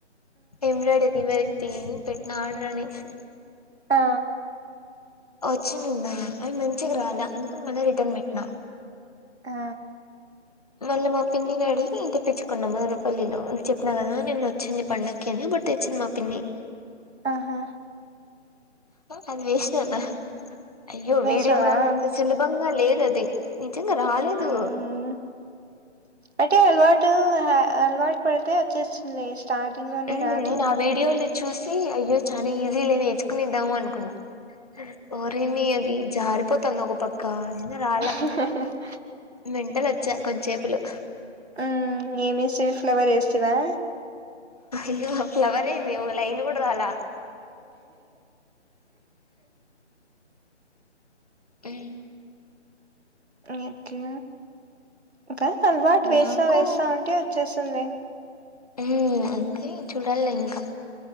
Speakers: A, on the left (about 30°); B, on the right (about 65°).
A: ఎంబ్రాయిడరీ వరిటి పెట్టిన ఆర్డర్ అనేసి
B: ఆ
A: వచ్చినుందా అవి మంచిగా రాలా అందుకని మళ్ళ రిటర్న్ పెట్టినా
B: ఆ
A: మళ్ళీ మా పిన్నిని అడిగి తెప్పచ్చుకున్నాం మొదనపల్లిలో చెప్పిన కదా నేను వచ్చింది పండక్కి అని బట్టి తెచ్చింది మా పిన్ని
B: ఆహా
A: అది విష అన్న అయ్యో
B: వేసినవా
A: వీడియోల్ అన్నంత సిల్ బంగ్ లేదది నిజంగా రాలేదు
B: ఉమ్ అంటే అలవాటు అలవాటు పడితే వచ్చేస్తుంది స్టార్టింగ్ లోనే
A: హ న
B: రాదు
A: నా ఆ వీడియోలి చూసి అయ్యో చాలా ఈజీ లేేచుకునిద్దాము అనుకున్నా పరని అది జార్ పతంద ఒక పక్క అయినా రాల
B: ఆహా
A: వెంటలు వచ్చా కొంచే పలు
B: ఆ ఏమిే చిలీ ఫ్లేవర్ వేస్తవా
A: ఇ ఫ్లవర్ ఇది లైన్ కుడదాల అ
B: ఎక ఇంకా అలవాటు వేస్తా
A: నాకు
B: వేస్తా ఉంటే వచ్చేస్తుంది
A: హ్మ్ అంతే చూడాల్ల ఇంకా